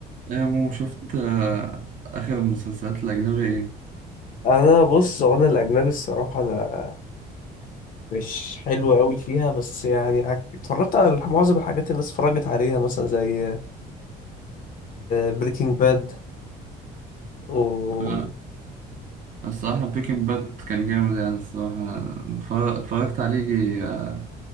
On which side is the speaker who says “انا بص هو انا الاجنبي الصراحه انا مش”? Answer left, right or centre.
Left